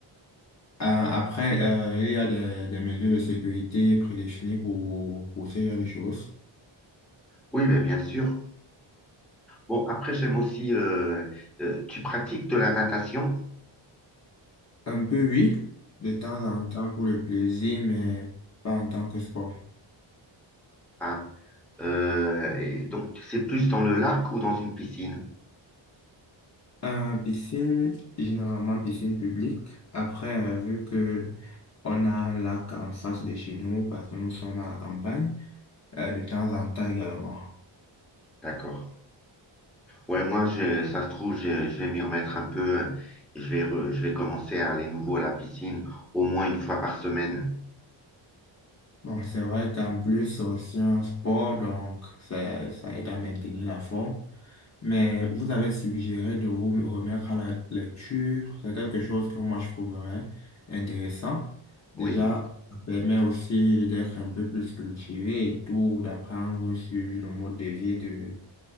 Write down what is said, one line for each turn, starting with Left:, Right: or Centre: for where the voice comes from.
Left: Euh, après, euh, il y a des, des mesures de sécurité prédéfinies pour, pour ce genre de choses.
Centre: Oui, bah, bien sûr. Bon, après, j'aime aussi, euh, euh, tu pratiques de la natation,
Left: Un peu, oui, de temps en temps pour le plaisir, mais pas en tant que sport.
Centre: ah euh, et donc c'est plus dans le lac ou dans une piscine?
Left: Euh, piscine, généralement piscine publique. Après, euh, vu que on a un lac en face de chez nous, parce que nous sommes à la campagne, euh, de temps en temps également.
Centre: D'accord. Ouais, moi, je- ça se trouve, je, je vais m'y remettre un peu. Je vais, re- je vais commencer à aller nouveau à la piscine au moins une fois par semaine.
Left: Bon, c'est vrai qu'en plus, c'est aussi un sport, donc ça, ça aide à maintenir la forme. Mais vous avez suggéré de vous me remettre à la lecture. C'est quelque chose que moi je trouverais intéressant. Déjà,
Centre: Oui.
Left: ça permet aussi d'être un peu plus cultivé et tout, d'apprendre sur le mode de vie de,